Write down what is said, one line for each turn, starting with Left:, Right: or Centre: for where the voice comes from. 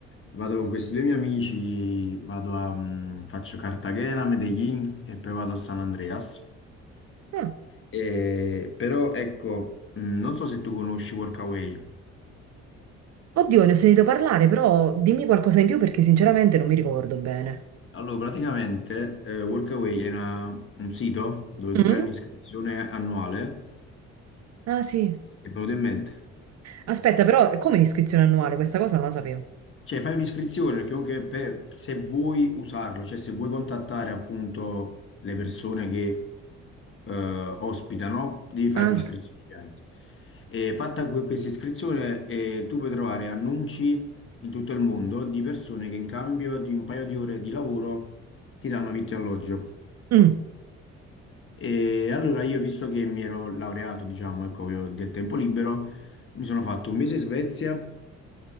Left: vado con questi due miei amici, vado a, mm, faccio Cartagena, Medellin e poi vado a San Andreas.
Right: Ah.
Left: E- però ecco, mm, non so se tu conosci Workaway.
Right: Oddio, ne ho sentito parlare, però dimmi qualcosa in più perché sinceramente non mi ricordo bene.
Left: Allora, praticamente eh, Workaway è una- un sito dove
Right: Mm?
Left: tu fai un'iscrizione annuale,
Right: Ah sì.
Left: che è venuto in mente?
Right: Aspetta, però come iscrizione annuale? Questa cosa non la sapevo.
Left: Cioè, fai un'iscrizione perché comunque per- se vuoi usarlo, cioè se vuoi contattare appunto le persone che eh, ospitano, devi fare
Right: Ah.
Left: un'iscrizione ovviamente. E fatta que- questa iscrizione, eh, tu puoi trovare annunci in tutto il mondo di persone che in cambio di un paio di ore di lavoro ti danno vitto e alloggio.
Right: Mm.
Left: E allora io, visto che mi ero laureato, diciamo, ecco, io ho del tempo libero, mi sono fatto un mese in Svezia